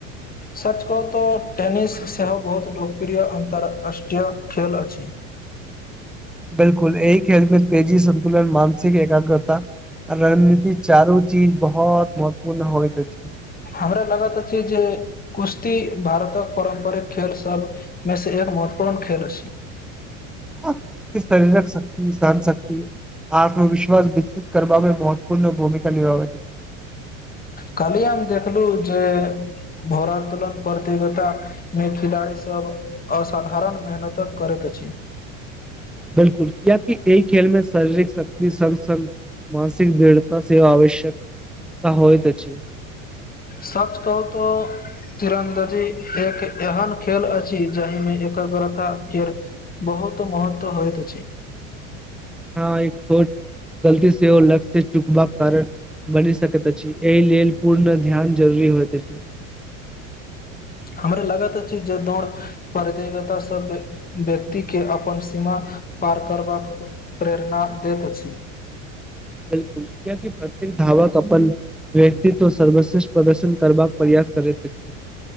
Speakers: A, on the left; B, in the centre.
A: सच कहतऽ टेनिस सेहो बहुत लोकप्रिय अन्तरराष्ट्रीय खेल अछि
B: <inaudible> बिल्कुल एहि खेल मे तेजी संन्तुलन मानसिक एकाग्रता रणनीति चारू चीज बहुत महत्वपूर्ण होइत अछि
A: हमरा लागत छै जे कुश्ती भारतक पारम्परिक खेल सब मे से एक महत्वपूर्ण खेल छी
B: <inaudible> शरीरक शक्ति सहन शक्ति आत्म वििश्वास विकसित करबमे महत्वपूर्ण भूमिका निभाबैत अछि
A: कल्हिये हम हम देखलहु जे भोरातोलन प्रतियोगता मे खिला खिलाड़ी सब असाधारण मेहनतक करैत अछि
B: बिलकुल कियकि एहि खेल मे शारीरिक शक्ति सग सङ् मानसिक दृढ़ता सेहो आवश्यक क होइत अछि
A: सच कहू तऽ तिरन्दजी एक एहन खेल अछि जाहिमे एकग्रतााक के बहुत बहुत महत्व होइत अछि
B: हँ एक छोट गलती से ओर लक्य से चुकबाक कारण बनि सकैत अछि एहि लेल पूर्ण ध्यान जरूरी होइत अछि
A: हमराे लागैत अछि जे दौड़ प्रतियोगितासँ व्यक्तिके अपन सीमा पार करबाक प्रेरणा दैत अछि
B: बिलकुल कियकि प्रत्येक धावक अपन व्यक्त्व सर्वश्रेष्ठ प्रदर्शन करबाक प्रयास करैत छै